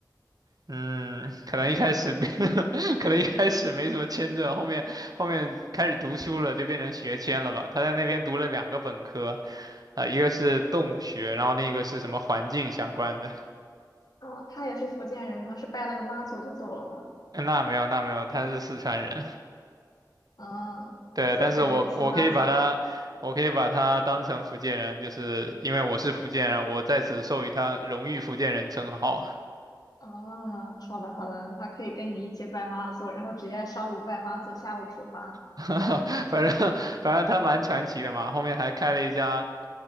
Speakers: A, on the right; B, on the left.
A: 嗯，可能一开始 <laughs> 可能一开始没什么签证，后面后面开始读书了，就变成学签了吧。他在那边读了两个本科，呃，一个是动物学，然后另一个是什么环境相关的。
B: 嗯，他也是福建人吗？是拜了个妈祖就走了吗？
A: 那没有，那没有，他是四川人。
B: 嗯，
A: 对，
B: 四川人也信妈祖吗？
A: 但是我我可以把他，我可以把他当成福建人，就是因为我是福建人，我在此授予他荣誉福建人称号。
B: 哦，好的好的，他可以跟你一起拜妈祖，然后直接上午拜妈祖，下午出发。
A: <laughs> 反正反正他蛮传奇的嘛，后面还开了一家